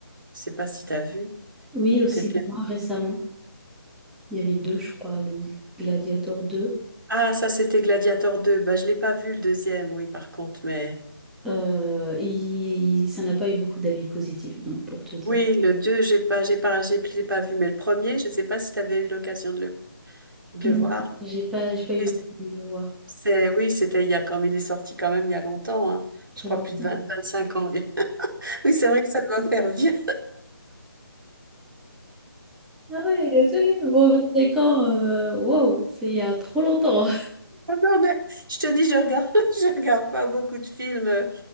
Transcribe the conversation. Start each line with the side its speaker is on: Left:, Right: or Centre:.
Right: Je sais pas si t'as vu.
Centre: Oui, aussi,
Right: T'étais-
Centre: moi, récemment. Il y avait deux, je crois, le Gladiator deux
Right: Ah, ça, c'était Gladiator deux Bah, je l'ai pas vu le deuxième, oui, par contre, mais
Centre: Euh, il- ça n'a pas eu beaucoup d'avis positifs, donc pour te dire.
Right: oui, le deux j'ai pas, j'ai pas, j'ai j'ai pas vu. Mais le premier, je sais pas si t'avais eu l'occasion de le, de
Centre: Non,
Right: le voir.
Centre: j'ai pas, j'ai pas eu
Right: Mais
Centre: l'occasion de le voir
Right: C'est, oui, c'était il y a quand il est sorti quand même il y a longtemps, hein.
Centre: très
Right: Je crois
Centre: longtemps.
Right: plus de vingt vingt cinq ans. <laughs> Oui, c'est vrai que ça doit faire vieux.
Centre: Ah ouais, c'est bon, 25 ans, euh, wow, c'est il y a trop longtemps.
Right: Ah Non, mais je te dis, je regarde, <laughs> je regarde pas beaucoup de films euh,